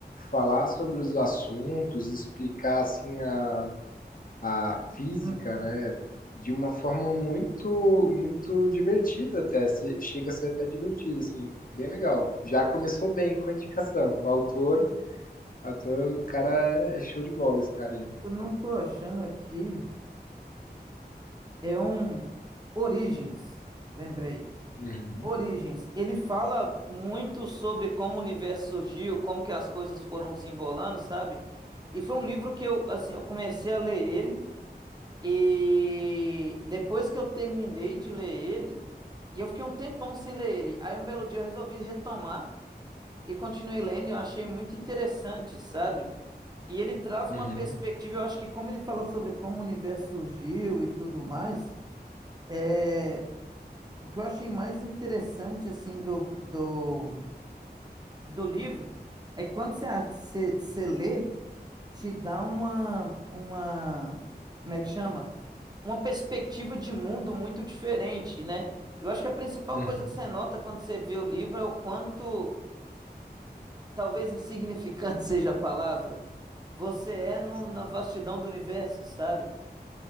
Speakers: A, on the left; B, on the right.
A: falar sobre os assuntos, explicar, assim, a a física,
B: hum,
A: né, de uma forma muito, muito divertida até, se- chega a ser até divertido, assim, bem legal. Já começou bem com a indicação. O autor, ator, o cara é show de bola, esse cara aí.
B: eu não tô achando aqui. É um Origens, lembrei.
A: Uhum,
B: Origens. Ele fala muito sobre como o universo surgiu, como que as coisas foram desembolando, sabe? E foi um livro que eu, assim, eu comecei a ler ele e depois que eu terminei de ler ele, e eu fiquei um tempão sem ler ele. Aí um belo dia eu resolvi retomar e continuei lendo, e eu achei muito interessante, sabe? E ele traz
A: uhum,
B: uma perspectiva, eu acho que como ele fala sobre como o universo surgiu e tudo mais, é o que eu achei mais interessante, assim, do, do, do livro é que quando você, você, você lê, te dá uma, uma, como é que chama? Uma perspectiva de mundo muito diferente, né? Eu acho que a principal
A: uhum,
B: coisa que você nota quando você vê o livro é o quanto, talvez insignificante <laughs> seja a palavra, você é no-
A: sim.
B: na vastidão do universo, sabe?